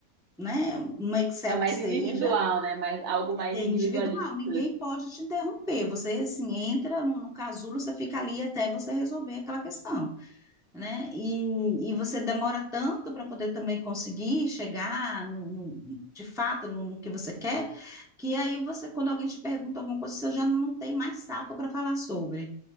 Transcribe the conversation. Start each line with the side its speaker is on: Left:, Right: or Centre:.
Centre: né, um Excel
Right: é mais
Centre: que seja,
Right: individual, né? Mais, algo mais
Centre: é
Right: individualista.
Centre: individual, ninguém
Right: <laughs>
Centre: pode te interromper. Você, assim, entra no, no casulo, você fica ali até você resolver aquela questão, né? E, e você demora tanto para poder também conseguir chegar no, no- de fato no, no que você quer, que aí você, quando alguém te pergunta alguma coisa, você já não tem mais saco para falar sobre.